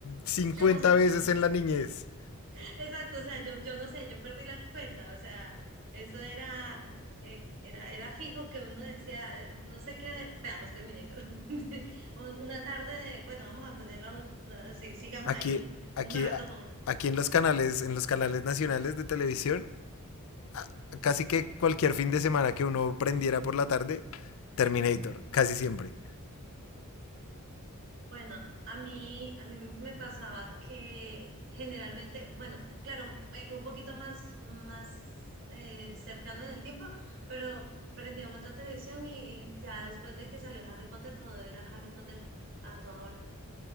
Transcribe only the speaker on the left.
50
veces en la niñez.
Aquí,
aquí,
a- aquí en los canales, en los canales nacionales de televisión, a- casi que cualquier fin de semana que uno prendiera por la tarde, Terminator, casi siempre.